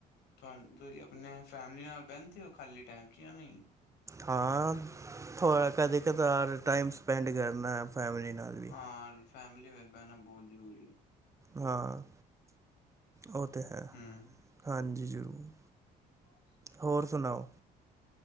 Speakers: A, on the left (about 80°); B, on the right (about 20°).
A: ਤੁਾਨ-ਤੁਸੀਂ ਆਪਣੇ ਫੈਮਿਲੀ ਨਾਲ ਬਹਿੰਦੇ ਹੋ, ਖਾਲੀ ਟਾਈਮ 'ਚ ਜਾਂ ਨਹੀਂ?
B: ਹਾਂ, ਥੋ੍ਹਾ ਕਦੇ-ਕਦਾਰ ਟਾਈਮ ਸਪੈਂਡ ਕਰਨਾ ਫੈਮਿਲੀ ਨਾਲ ਵੀ
A: ਹਾਂ, ਫੈਮਲੀ ਵੇ ਬਹਿਣਾ ਬਹੁਤ ਜ਼ਰੂਰੀ ਏ
B: ਹਾਂ, ਉਹ ਤਾਂ ਹੈ,
A: ਹਮ
B: ਹਾਂਜੀ ਜ਼ਰੂਰ।
A: <inaudible>
B: ਹੋਰ ਸੁਣਾਓ?